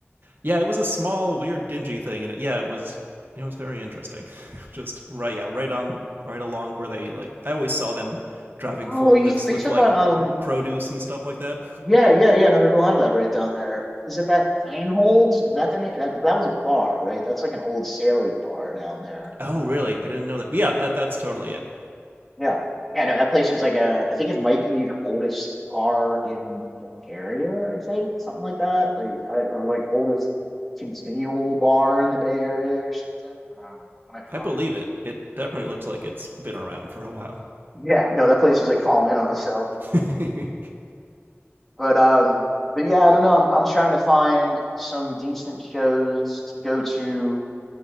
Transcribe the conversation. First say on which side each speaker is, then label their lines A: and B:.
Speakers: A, on the right; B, in the centre.
A: Yeah, it was a small, weird, dingy thing, and it, yeah, it was it was very interesting. <laughs> Just right, yeah, right on, right along where they like. I always saw them driving
B: Oh,
A: forklifts
B: you are
A: with
B: you talking
A: like
B: about um?
A: produce and stuff like that.
B: Yeah, yeah, yeah. No, there's a lot of that right down there. Is it that Feinholds? Is that the name? That that was a bar, right? That's like an old sailors bar down there.
A: Oh, really? I didn't know that. Yeah, that that's totally it.
B: Yeah. Yeah, no, that place was like a, I think it might be the oldest bar in Bulgaria, I think, something like that. Like, I, or like oldest continual bar in the Bay Area or something. Um, I might be
A: I
B: wrong.
A: believe it. It definitely looks like it's been around for a while.
B: Yeah, no, that place was like falling in on itself.
A: <laughs>
B: But, um, but yeah, I don't know. I'm, I'm trying to find some decent shows to go to